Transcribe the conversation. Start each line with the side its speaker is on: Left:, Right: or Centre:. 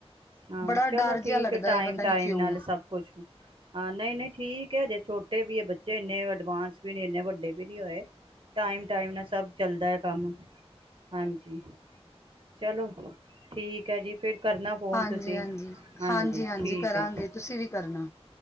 Right: ਹਾਂ
Left: ਬੜਾ
Right: ਚਲੋ
Left: ਡਰ ਜਿਹਾ
Right: ਠੀਕ
Left: ਲੱਗਦਾ
Right: ਹੈ ਟਾਈਮ
Left: ਪਤਾ
Right: ਟਾਈਮ
Left: ਨੀ ਕਿਉਂ
Right: ਨਾਲ ਸਭ ਕੁਛ ਹਾਂ ਨਹੀਂ ਨਹੀਂ ਠੀਕ ਹੈ ਅਜੇ ਛੋਟੇ ਵੀ ਹੈ ਬੱਚੇ ਇੰਨੇ ਐਡਵਾਂਸ ਵੀ ਨਹੀਂ ਇੰਨੇ ਵੱਡੇ ਵੀ ਨਹੀਂ ਹੋਏ ਟਾਈਮ ਟਾਈਮ ਨਾਲ ਸਭ ਚੱਲਦਾ ਐ ਕੰਮ ਹਾਂਜੀ ਚਲੋ ਠੀਕ ਹੈ ਜੀ ਫਿਰ ਕਰਨਾ ਫੋਨ
Left: ਹਾਂਜੀ
Right: ਤੁਸੀਂ
Left: ਹਾਂਜੀ
Right: ਹਾਂਜੀ ਠੀਕ
Left: ਕਰਾਂਗੇ
Right: ਹੈ ਜੀ
Left: ਤੁਸੀਂ ਵੀ ਕਰਨਾ